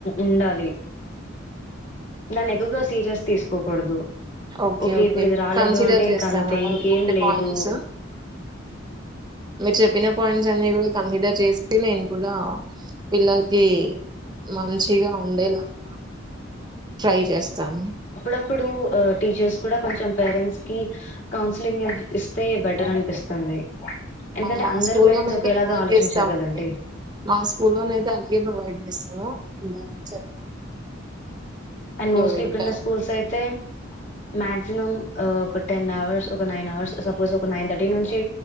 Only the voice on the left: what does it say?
ఉండాలి దన్ని ఎక్కువగా సీరియస్ తీసుకోకూడదు
ఇప్పుడు ఇది రాలేదు
అంటే
ఇంక అంతే
ఇంకేం
లేదు
అప్పుడు టీచర్స్ కూడా కొంచెం పేరెంట్స్ కి కౌన్సిలింగ్ ఇస్తే బెటర్ అనిపిస్తుంది ఎందుకంటే
అందరూ
పేరెంట్స్
ఒకేలాగా
ఆలోచించారు
కదండి.
అండ్ మోస్ట్లీ
ఇప్పుడున్న స్కూల్స్ అయితే మాక్సిమం ఒక టెన్ అవర్స్ ఒక నైన్ అవర్స్ సపోజ్ ఒక నైన్ థర్టీ నుంచి